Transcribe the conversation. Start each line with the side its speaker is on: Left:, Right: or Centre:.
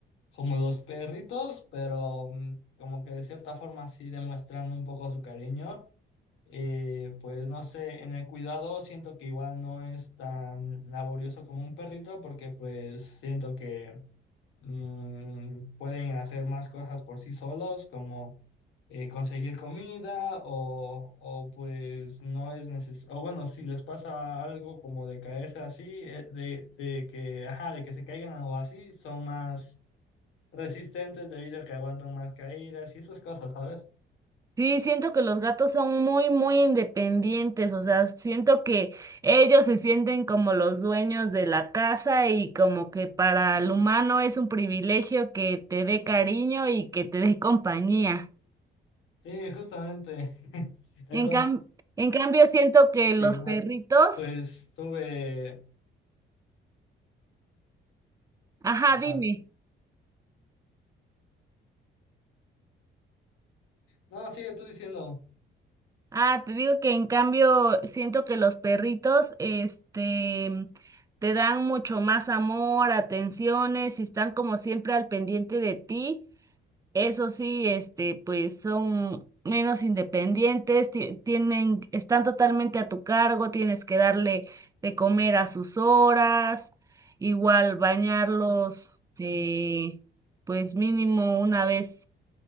Left: como los perritos, pero mm, como que de cierta forma sí demuestran un poco su cariño. Eh, pues no sé, en el cuidado siento que igual no es tan laborioso como un perrito, porque pues siento que mm, pueden hacer más cosas por sí solos, como eh, conseguir comida o, o pues no es necesario, o bueno, si les pasa algo como de caerse así, eh, de, de que, ajá, de que se caigan o así, son más resistentes debido a que aguantan más caídas y esas cosas, ¿sabes?
Right: Sí, siento que los gatos son muy, muy independientes, o sea, siento que ellos se sienten como los dueños de la casa y como que para el humano es un privilegio que te dé cariño y que te dé compañía.
Left: Sí, justamente. <laughs> Entonces,
Right: En cam- en cambio, siento que los
Left: igual,
Right: perritos,
Left: pues tuve,
Right: ajá,
Left: ajá.
Right: dime.
Left: No, sigue tú diciendo.
Right: Ah, te digo que en cambio siento que los perritos, este, te dan mucho más amor, atenciones y están como siempre al pendiente de ti. Eso sí, este, pues son menos independientes, ti- tienen, están totalmente a tu cargo, tienes que darle de comer a sus horas, igual bañarlos, eh, pues mínimo una vez